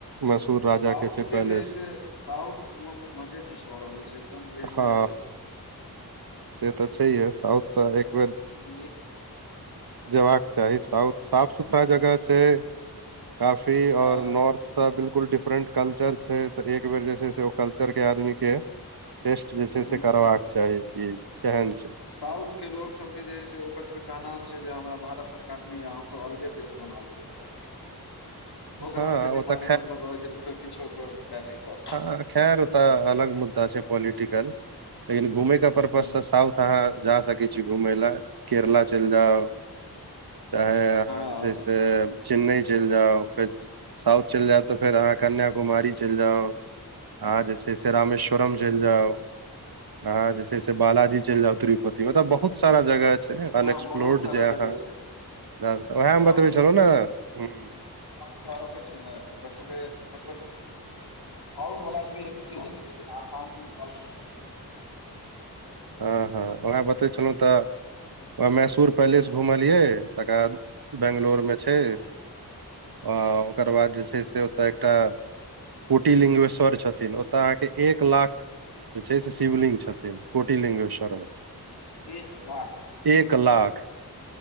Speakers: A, on the right; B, on the left.
A: मैसूर राजा
B: साउथ
A: छै
B: के
A: पैलेस
B: जे हय छै साउथ घूमय मे मजे किछ और आबै छै एकदम जे
A: हँ
B: से
A: से तऽ छैहे साउथ तऽ एक बेर
B: निक
A: जबाक चाही साउथ साफ सुथरा जगह छै काफी
B: हँ
A: आओर नॉर्थ सब बिलकुल डिफरेंट कल्चर छै तऽ एक बेर जे छै से ओ कल्चर के आदमी के टेस्ट जे छै
B: हूँ
A: से
B: हूँ
A: करबाक चाही कि केहन छै
B: साउथ के लोग सब के जे है से ओकर सबके कहनाम छै जे हमरा भारत सरकार न हम सब अलगे देश बना लेबै एकटा ओकरा
A: हँ
B: सबके नय
A: ओ
B: माने
A: तऽ
B: मतलब रहै छै तु सब किछो कर चाहे नय कर
A: ह खरि ओ तऽ अलग मुद्दा छै पोलिटिकल लेकिन घूमै का
B: हूँ
A: परर्पज सऽ साउथ अहाँ जा सकै छी घुमय लए केरला चलि जाउ चाहे अहाँ
B: हँ
A: जे छै से चेन्नइ चलि जाउ फेर साउथ चलि जायब तऽ फेर अहाँ कन्याकुमारी चलि जाउ अहाँ जे छै से रामेश्वरम चलि जाउ आह जे छै से बालाजी चलि जाउ तिरुपति मतलब बहुत सारा जगह छै
B: हँ
A: अनएक्सप्लोर्ड
B: बहुत सारा
A: जे अहाँ
B: जगह छै
A: तऽ उएहे
B: साउथ
A: हम बतबै छलहु ने ह
B: ओरा रखै छै ने ओकर सबके मतलब साउथ वला मे एकु ची देख <unintelligible>
A: हँ हँ उएह बतबै छलहुँ
B: से
A: तऽ ओ मैसूर पैलेस घुमलियै तकर बाद बैंगलोर मे छै आ ओकर बाद जे छै से ओतय एकटा कुटी लिंगेश्वर छथिन ओतऽ अहाँके एक लाख जे छै से शिवलि्ंग छेथिन कोटी लिंगेश्वरम मे
B: एक लाख
A: एक लाख